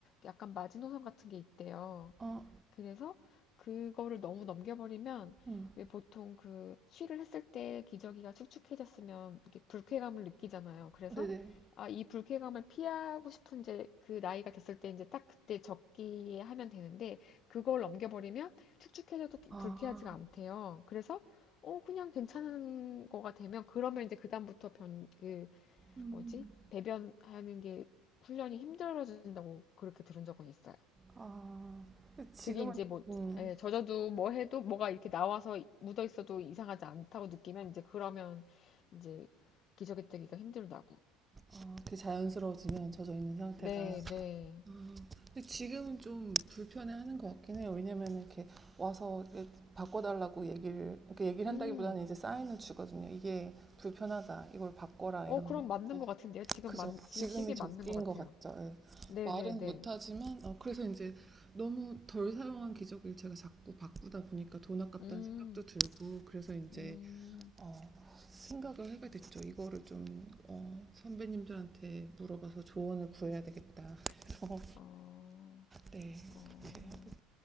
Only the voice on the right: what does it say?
아,
음,
네네.
아,
음.
아, 근데 지금은,
음,
아, 그게 자연스러워지면 젖어 있는 상태가.
아, 근데 지금은 좀 불편해하는 것 같긴 해요. 왜냐면 이렇게 와서 이렇게 바꿔달라고 얘기를, 이렇게 얘기를
한다기보다는 이제 사인을 주거든요. 이게 불편하다. 이걸 바꿔라.
이런.
네,
그죠.
지금이
적기인
것 같죠. 예.
말은
못하지만, 어, 그래서 이제 너무 덜 사용한 기저귀를 제가 자꾸 바꾸다 보니까 돈 아깝다는
생각도 들고, 그래서 이제
어, 생각을 하게 됐죠. 이거를 좀 어, 선배님들한테 물어봐서 조언을 구해야 되겠다. 그래서
네
그렇게 하고